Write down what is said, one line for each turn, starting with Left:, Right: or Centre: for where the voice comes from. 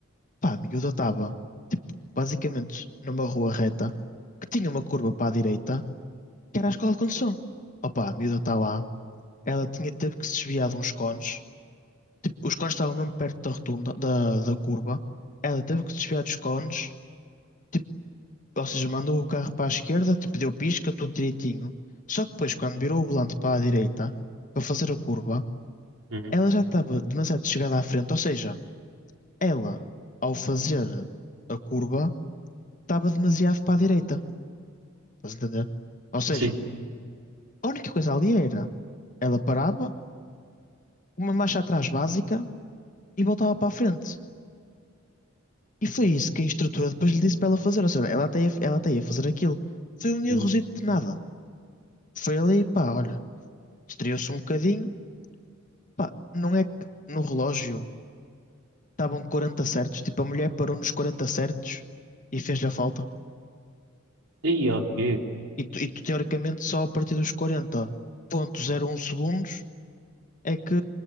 Left: Pá, a miúda estava, tipo, basicamente numa rua reta que tinha uma curva para a direita que era a escola de condução. Opa, a miúda está lá, ela tinha, teve que se desviar de uns cones, tipo, os cones estavam mesmo perto da rotunda, da, da curva, ela teve que se desviar dos cones, tipo, ou seja, mandou o carro para a esquerda, tipo, deu pisca, tudo direitinho. Só que depois, quando virou o volante para a direita, para fazer a curva,
Right: Uhum.
Left: ela já estava demasiado chegada à frente, ou seja, ela, ao fazer a curva, estava demasiado para a direita. Estás a entender? Ou seja,
Right: Sim.
Left: a única coisa ali era ela parava, uma marcha atrás básica e voltava para a frente. E foi isso que a instrutora depois lhe disse para ela fazer. Ou seja, ela até ia, ela até ia fazer aquilo. Foi um errozito
Right: Uhum.
Left: de nada. Foi ali, pá, olha, estreou-se um bocadinho. Pá, não é que no relógio estavam 40 certos, tipo, a mulher parou nos 40 certos e fez-lhe a falta.
Right: E ok.
Left: E tu, e tu, teoricamente só a partir dos 40.01 segundos é que